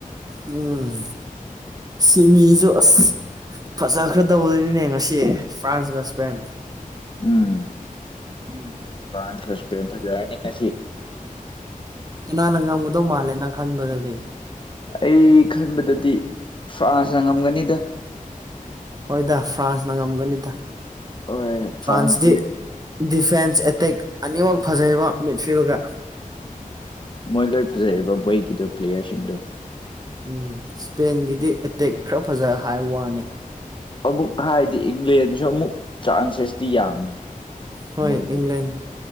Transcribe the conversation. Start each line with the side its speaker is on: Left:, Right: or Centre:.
Right: ꯎꯝ ꯁꯤꯃꯤꯁꯨ ꯑ ꯐꯖꯈ꯭ꯔ ꯇꯧꯕꯗꯅꯤꯅꯦ ꯉꯁꯤ ꯐ꯭ꯔꯥꯟꯁꯀ ꯏꯁꯄꯦꯟ
Left: ꯎꯝ
Right: ꯎꯝ
Left: ꯐ꯭ꯔꯥꯟꯁ ꯁꯄꯦꯟ ꯐꯖ ꯌꯥꯅꯤ ꯀꯁꯤ
Right: ꯀꯅꯥꯅ ꯉꯝꯒꯗꯧ ꯃꯥꯜꯂꯦ ꯅꯪ ꯈꯟꯕꯗꯗꯤ
Left: ꯑꯩ ꯈꯟꯕꯗꯗꯤ ꯐ꯭ꯔꯥꯟꯁꯅ ꯉꯝꯒꯅꯤꯗ
Right: ꯍꯣꯏꯗ ꯐ꯭ꯔꯥꯟꯁꯅ ꯉꯝꯒꯅꯤꯗ
Left: ꯍꯣꯏ
Right: ꯐ꯭ꯔꯥꯟꯁꯗꯤ
Left: ꯐ꯭ꯔꯥꯟꯁꯇꯤ
Right: ꯗꯤꯐꯦꯟꯁ ꯑꯦꯇꯦꯛ ꯑꯅꯤꯃꯛ ꯐꯖꯕ ꯃꯤꯠꯐꯤꯜꯒ
Left: ꯃꯣꯏ ꯂꯣꯏ ꯐꯖꯕ ꯃꯣꯏꯒꯤꯗꯨꯣ ꯄ꯭ꯂꯦꯌꯔꯁꯤꯡꯗꯨꯣ
Right: ꯎꯝ ꯏꯁꯄꯦꯟꯒꯤꯗꯤ ꯑꯦꯇꯦꯛ ꯈꯔ ꯐꯖ ꯍꯥꯏꯕ ꯋꯥꯅꯦ
Left: ꯑꯃꯨꯛ ꯍꯥꯏꯗꯤ ꯏꯪꯂꯦꯟꯁꯨ ꯑꯃꯨꯛ ꯆꯥꯟꯁꯦꯁꯇꯤ ꯌꯥꯝꯃꯦ
Right: ꯍꯣꯏ
Left: ꯃꯣꯏꯁꯦ
Right: ꯏꯪꯂꯪꯂꯦꯟ